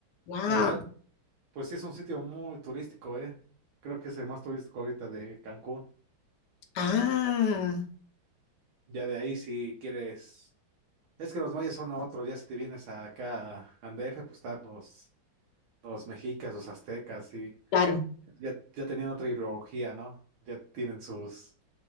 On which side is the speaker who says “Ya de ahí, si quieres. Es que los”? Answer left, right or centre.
Right